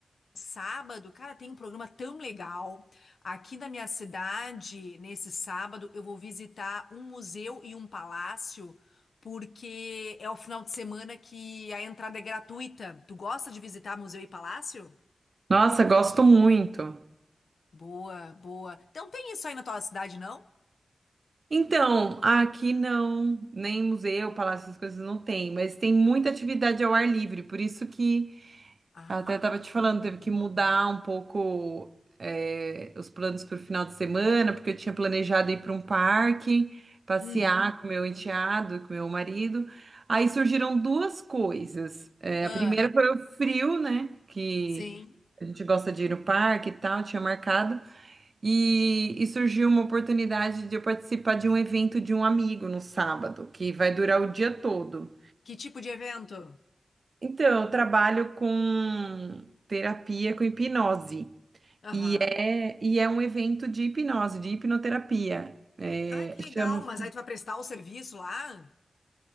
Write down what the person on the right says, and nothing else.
Nossa, gosto muito.
Então, aqui não, nem museu, palácio, essas coisas não tem, mas tem muita atividade ao ar livre, por isso que
até tava te falando,
teve que mudar um pouco é, os planos para o final de semana, porque eu tinha planejado ir para um parque, passear
com meu enteado, com meu marido. Aí surgiram duas coisas. É,
a primeira foi o frio, né? Que
a gente gosta de ir no parque e tal, tinha marcado. E, e surgiu uma oportunidade de eu participar de um evento de um amigo no sábado, que vai durar o dia todo.
Então, eu trabalho com terapia com hipnose.
E é, e é um evento de hipnose, de hipnoterapia. É,
chama-se,